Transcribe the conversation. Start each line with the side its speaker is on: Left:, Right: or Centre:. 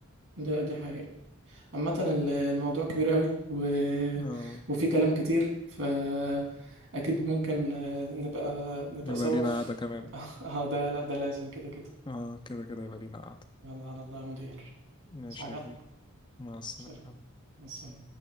Right: ده دي حقيقة عامة ال- الموضوع كبير قوي و...
Left: اه
Right: وفي كلام كتير فأكيد ممكن آه، نبقى نبقى
Left: يبقى
Right: سوا
Left: لينا
Right: في
Left: قعدة كمان
Right: <laughs> اه ده لا ده لازم كده كده
Left: اه كده كده يبقى لينا قعدة
Right: يلا على الله يا مدير
Left: ماشي
Right: صحيح
Left: يا كبير مع السلامة
Right: سلام مع السلامة.